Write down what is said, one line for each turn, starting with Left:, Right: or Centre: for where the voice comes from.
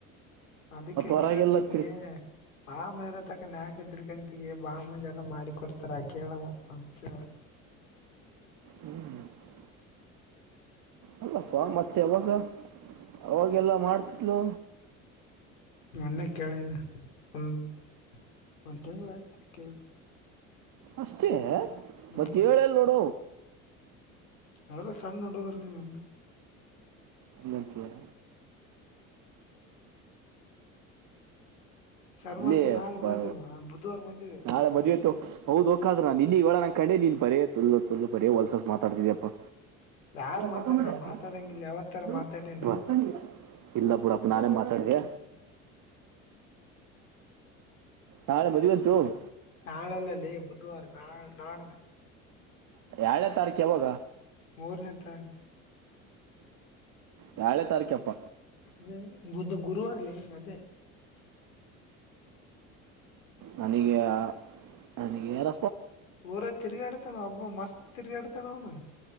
Left: ಅದಕ್ಕೆ ಅಂಗ
Right: ಹೊರಗೆಲ್ಲ
Left: ಕೇಳ್ತಿಗ
Right: ತಿರು
Left: ಆಮೇರ ತಕನ ಹಾಕಿದ್ರಕಂತ ಬಾಮುಜ ಎಲ್ಲ ಮಾಡಿ ಕೊಡ್ತಾರ ಕೇಳಮ್ಮಪ್ಪ ಅಂತ
Right: ಹ್ಮ್ ಹ್ಮ್ <inaudible> ಅಲ್ಲಪ್ಪಾ ಮತ್ತೆ ಯಾವಾಗ ಅವಾಗೆಲ್ಲಾ ಮಾಡ್ತಿತ್ಲು
Left: ಮೊನ್ನೆ ಕೇಳಿನ ಒಂದು ಒಂದು ತಿಂಳ ಆಗ್ತ ಕೇಳಿ
Right: ಅಷ್ಟೇ
Left: ಹ್ಮ್
Right: ಮತ್ತ ಹೇಳಲ್ ನೋಡ
Left: ತಾವಲ ಸಣ್ಣ ಉಡವರ್ ನೀವುಣ
Right: ಎಂದರ
Left: ಸರ್ಮಸ
Right: ಇಲ್ಲ
Left: ನಾಳೆ
Right: ಬ
Left: ಮದ್ವೆ ಬುಧವಾರ ಮದ್ವೆ
Right: ನಾಳೆ ಮಜುತ್ತುು ಹೌದ ಒಕ್ಕಾದದ್ರ ನಿನ್ನ ಇವಳ ನಂ ಕಡೆ ನೀನ್ ಬರಯ ತುಲ್ಲು ತು ಬರೋ ಹೊಲ್ಸ ಮಾತಾಡ್ತಿದ್ಯಪ್ಪಾ
Left: ಯಾರು ಮಾತಾಡ್
Right: ಮೊಕ್ಕ ಮಡಕ್ಕಿಯ
Left: ನಾ ಮಾತಾಡಂಗಿಲ್ಲ ಯಾವತ್ತರ ಮಾತಾಡೇನೆ
Right: ಇಲ್ಲ ಪುಡಪ್ಪ ನಾನೇ ಮಾತಾಡಿದೆ ಹಾೆ ಬಧ ಬತ್ತು ಚು <inaudible>
Left: ನಾಳಲ್ಲಲ್ಲಿ ಬುಧವಾರ ನಾ ನಾಡ್ದ
Right: ಏಳನ ತಾರೀಕು ಯಾವಾಗ
Left: ಮೂರನೇ ತಾರೀಕಕು
Right: ಹಾ ಯಏಳೇ ತಾರೀಕಪ್ಪ
Left: ಅದ ಬುದ್ಧ ಗುರುವವಾರಲ್ಲೇ ಅದೇ
Right: ನನಗೆ ಅನಗೆ ಯರ
Left: ಊರ ತಿರುಗಾಡ್ತಾನ ಅಬ್ಬ ಮಸ್ತ್ ತಿರುಗಾಡ್ತಾನ ಅವನು